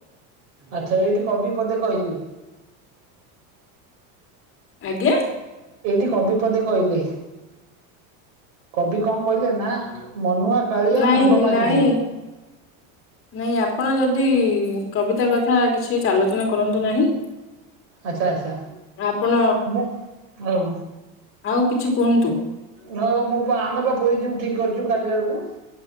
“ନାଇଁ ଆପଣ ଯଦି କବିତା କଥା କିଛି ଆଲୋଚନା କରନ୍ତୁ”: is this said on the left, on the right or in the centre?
Left